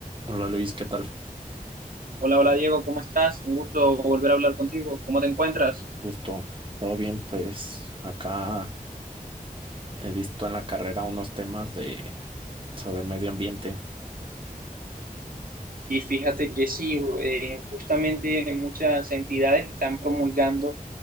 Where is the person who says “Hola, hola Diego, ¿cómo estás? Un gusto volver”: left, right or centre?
Right